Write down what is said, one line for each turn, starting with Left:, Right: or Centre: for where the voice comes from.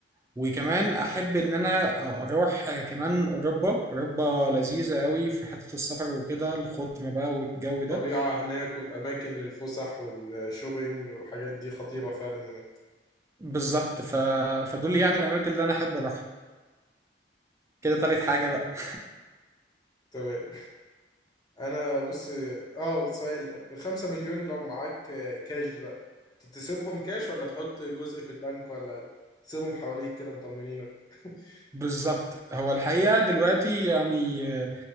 Right: وكمان أحب إن أنا أروح كمان أوروبا أوروبا لذيذة قوي في حتة السفر وكده الخضرة بقى والجو
Left: الطبيعه
Right: ده
Left: هناك والاماكن للفسح والشوبينج والحاجات دي خطيره فعلا هناك
Right: بالظبط ف... فدول يعني الاماكن اللي انا احب اروحها كده تالت حاجه بقى <laughs>
Left: تمام انا بص اه سؤال الخمسة مليون لو معاك آه، كاش دلوقتي تسيبهم كاش ولا تحط جزء في البنك ولا تسيبهم حواليك كده مطمنينك <laughs>
Right: بالظبط هو الحقيقه دلوقتي يعني آه،